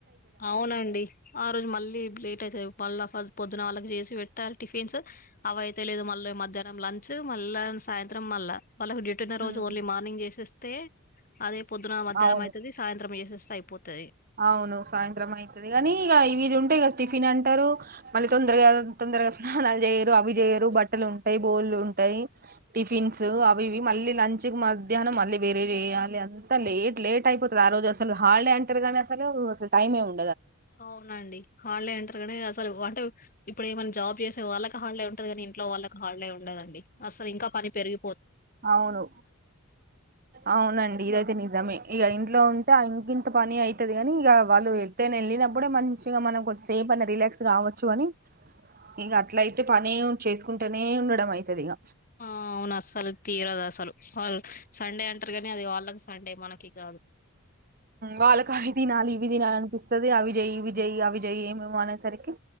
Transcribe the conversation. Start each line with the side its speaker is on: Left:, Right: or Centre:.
Left: అవునండి ఆ రోజు మళ్ళీ లేట్ అయితాయి మళ్ళీ పొద్దున వాళ్ళకి చేసి పెట్టాలి టిఫిన్స్ అవైతయో లేదు మళ్ళీ మధ్యాహ్నం లంచ్ మళ్ళా సాయంత్రం మల్ల వాళ్ళకి డ్యూటీ ఉన్న
Right: హ్మ్
Left: రోజు ఓన్లీ మార్నింగ్ చేసేస్తే అదే పొద్దున్న మధ్యాహ్నం
Right: అవును
Left: అయితది సాయంత్రం చేసేస్ అయిపోతది
Right: అవును సాయంత్రం అయితది గాని ఇగ ఇవిది ఉంటయ్ ఇగ టిఫిన్ అంటారు మళ్ళీ తొందరగా తొందరగా స్నానాలు చేయరు అవి చేయరు బట్టలు ఉంటాయి బోల్లు ఉంటాయి టిఫిన్స్ అవి ఇవి మళ్ళీ లంచ్ మధ్యాహ్ం మళ్ళీ వేరే వయాలింతా లేట్ లేట్ అయిపోతుంది ఆ రోజు అసలు హాలీడే అంటారు కానీసలు టైమే ఉన్
Left: అవునండి హాలీడే అంటరు గని అసలు అంటే ఇప్పుడు ఏమైనా జాబ్ చేసే వాళ్ళకి హాలిడే ఉంటది గాని ఇంట్లో వాళ్ళకి హాలిడే ఉండదండి అసలు ఇంకా పని పెరిగి
Right: అవును అవునండి ఇదైతే నిజమే ఇగ ఇంట్లో ఉంటే ఆ ఇంకి త్త పని అయితుది గని ఇగ వాళ్ళు వెళ్తేనే వెళ్ళినప్పుడే మంచిగా మనం కొంచం సేఫ్ అని రిలాక్స్ కావచ్చు గని ఇంగ అట్ల అయితే పని చేసుకుంటేనే ఉండడం అయితది ఇగ
Left: ఆ అవును అస్సలు తీరదసలు వాళ్ళ సండే అంటరు కానీ అది వాళ్ళకి సండే మనకి కాదు
Right: వాళ్ళకి అవి తినాలి ఇవి తినాలి అనిపిస్తది అవి జెయ్యి ఇవి జెయ్యి అవి జెయ్యి ఏమేమో అనేసరికి